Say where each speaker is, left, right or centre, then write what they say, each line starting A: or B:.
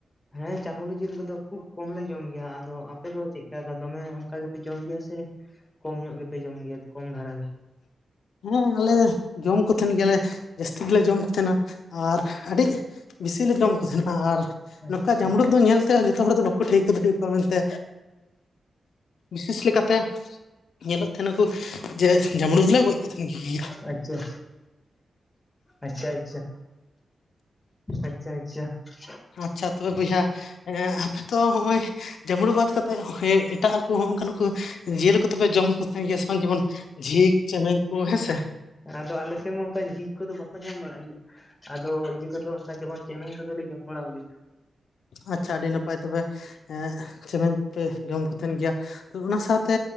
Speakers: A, on the left; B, on the left.
A: ᱦᱮᱸ ᱡᱟᱢᱲᱩ ᱡᱤᱞ ᱠᱚᱫᱚ ᱠᱷᱩᱵ ᱠᱚᱢ ᱞᱮ ᱡᱚᱢ ᱜᱮᱭᱟ᱾ ᱟᱫᱚ ᱟᱯᱮ ᱫᱚ ᱪᱮᱫᱠᱟ ᱫᱚᱢᱮ ᱚᱱᱠᱟ ᱜᱮᱯᱮ ᱡᱚᱢ ᱜᱮᱭᱟ ᱥᱮ? ᱠᱚᱢ ᱧᱚᱜ ᱜᱮᱯᱮ ᱡᱚᱢ ᱜᱮᱭᱟ ᱠᱚᱢ ᱫᱷᱟᱨᱟ ᱜᱮ᱾
B: ᱦᱩᱸ ᱟᱞᱮ ᱡᱚᱢ ᱠᱚ ᱛᱟᱦᱮᱸᱱ ᱜᱮᱭᱟᱞᱮ ᱡᱟᱹᱥᱛᱤ ᱜᱮᱞᱮ ᱡᱚᱢ ᱠᱚ ᱛᱟᱦᱮᱱᱟ᱾ ᱟᱨ ᱟᱹᱰᱤ ᱵᱤᱥᱤ ᱞᱮ ᱡᱚᱢ ᱠᱚ ᱛᱟᱦᱮᱸᱱᱟ᱾ ᱟᱨ
A: ᱟᱪᱪᱷᱟ
B: ᱱᱚᱝᱠᱟ ᱡᱟᱢᱲᱩ ᱫᱚ ᱧᱮᱞᱛᱮ ᱡᱚᱛᱚ ᱦᱚᱲ ᱫᱚ ᱵᱟᱠᱚ ᱠᱚ ᱴᱷᱟᱹᱣᱠᱟᱹ ᱫᱟᱲᱮ ᱟᱠᱚᱣᱟ ᱢᱮᱱᱛᱮ, ᱵᱤᱥᱮᱥ ᱞᱮᱠᱟᱛᱮ ᱧᱮᱞᱚᱜ ᱛᱟᱦᱮᱱᱟᱠᱚ ᱡᱮ ᱡᱟᱢᱲᱩ ᱜᱮᱞᱮ ᱜᱚᱡ ᱠᱚ ᱛᱟᱦᱮᱸᱱ ᱜᱮᱭᱟ᱾
A: ᱟᱪᱪᱷᱟ, ᱟᱪᱪᱷᱟ ᱟᱪᱪᱷᱟ ᱟᱪᱪᱷᱟ ᱟᱪᱪᱷᱟ᱾
B: ᱟᱪᱪᱷᱟ ᱛᱚᱵᱮ ᱵᱚᱭᱦᱟ ᱟᱯᱮ ᱛᱚ ᱦᱚᱜ-ᱚᱭ ᱡᱟᱢᱲᱩ ᱵᱟᱫ ᱠᱟᱛᱮᱫ ᱮᱴᱟᱜ ᱠᱚ ᱦᱚᱸ ᱚᱱᱠᱟᱱ ᱠᱚ ᱡᱤᱭᱟᱹᱞᱤ ᱠᱚᱫᱚᱯᱮ ᱡᱚᱢ ᱠᱚ ᱛᱟᱦᱮᱸ ᱜᱮᱭᱟ, ᱥᱮ ᱵᱟᱝ ᱡᱮᱢᱚᱱ ᱡᱷᱤᱠ ᱪᱮᱢᱮᱧ ᱠᱩ ᱦᱮᱸᱥᱮ᱾
A: ᱟᱫᱚ ᱟᱞᱮ ᱥᱮᱫ ᱢᱟ ᱚᱱᱠᱟ ᱡᱷᱤᱠ ᱠᱚᱫᱚ ᱵᱟᱠᱚ ᱧᱟᱢ ᱵᱟᱲᱟᱜ ᱜᱮ ᱟᱫᱚ ᱤᱭᱟᱹ ᱠᱚᱫᱚ ᱚᱱᱠᱟ ᱡᱮᱢᱚᱱ ᱪᱮᱢᱮᱧ ᱠᱚᱫᱚᱞᱮ ᱡᱚᱢ ᱵᱟᱲᱟ ᱠᱚᱜᱮᱭᱟ᱾
B: ᱟᱪᱪᱷᱟ ᱟᱹᱰᱤ ᱱᱟᱯᱟᱭ ᱛᱚᱵᱮ ᱦᱮᱸ ᱪᱮᱢᱮᱧ ᱯᱮ ᱡᱚᱢ ᱛᱟᱦᱮᱸᱱ ᱜᱮᱭᱟ᱾ ᱛᱚ ᱚᱱᱟ ᱥᱟᱶᱛᱮ